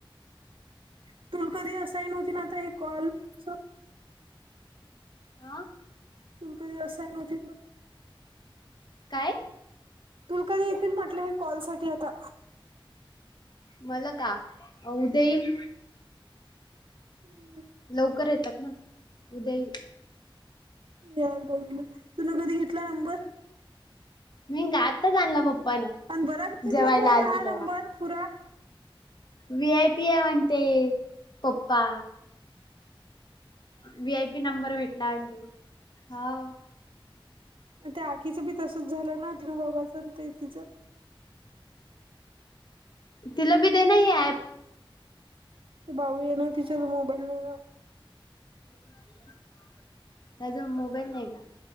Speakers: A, on the right; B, on the left.
A: <unintelligible>
B: आ.
A: तू कधी असायन नव्हती मग.
B: काय?
A: तुम कधी येतील म्हटलं हे कॉल साठी आता.
B: मला का उद्या येईल.
A: हम्म.
B: लवकर येतात ना उद्या येईल.
A: यान पहिलं तु न कधी घेतला नंबर.
B: मी गातच आणल पप्पांना
A: आणि बरा भेटला
B: जेवायला
A: तुम्हाला
B: आल
A: हा
B: ते
A: नंबर
B: तेव्हा.
A: पुरा
B: व्हि आय पी हाय म्हणते पप्पा. व्हि आय पी नंबर भेटला अगदी हाव.
A: त्या आखीचं बी तसच झालं ना तिनं बोबाइल सांगतय तिचं.
B: तिला बी दे ना हे अँप.
A: ते बाऊ ये ना तिच्याकडं मोबाईल नाय ना.
B: ह. त्याचा मोबाईल नाही ना.